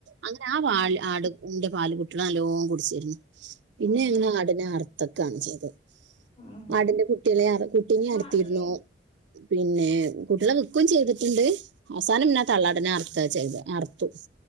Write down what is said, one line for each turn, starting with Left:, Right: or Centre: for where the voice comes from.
Right: അങ്ങനെ ആ പാൽ
Left: ഉം
Right: ആടിന്റെ പാല് കുട്ടികള് നല്ലോ കുടിച്ചിന്ന് പിന്നെ
Left: ആഹ്
Right: എങ്ങനെ ആടിനെ അർത്തൊക്കാണ് ചെയ്തത്
Left: ആഹ്
Right: ആടിന്റെ കുട്ടി നെ കുട്ടിനെ
Left: ആഹ്
Right: അറത്തിയിരുന്നു പിന്നെ കുട്ടികളെ വ്ക്കും ചെയ്തിട്ടുണ്ട് അവസാനം പിന്നെ തള്ളാട് നെ അർത്ത ചെയ്ത് അർത്തു